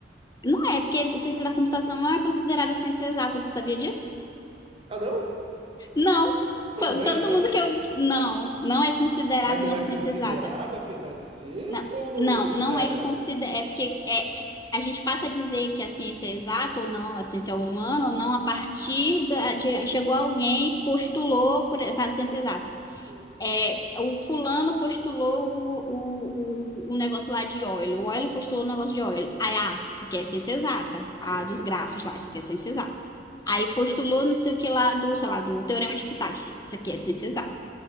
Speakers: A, on the left; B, on the right.
A: não é, porque ciência da computação não é considerada ciência exata, tu sabia disso?
B: Ah, não?
A: Não,
B: Mas
A: To-
B: não é
A: todo
B: exato?
A: mundo que eu, não, não é considerado
B: Mas não
A: uma
B: é
A: ciência
B: considerado,
A: exata.
B: apesar de ser,
A: Não,
B: ou não,
A: não, não
B: não é
A: é
B: mesmo?
A: considerado. É porque é, é- a gente passa a dizer que a ciência é exata ou não, a ciência é humana ou não, a partir da, de- chegou alguém e postulou para a ciência exata.
B: Hum,
A: É, o fulano postulou o, o, o, o negócio lá de Euler, o Euler postulou o negócio de Euler. Aí, ah, isso aqui é ciência exata. Ah,
B: Uhum,
A: dos grafos lá, isso aqui é ciência exata. Aí postulou não sei o que lá do, sei lá, do Teorema de Pitágoras, isso aqui é ciência exata.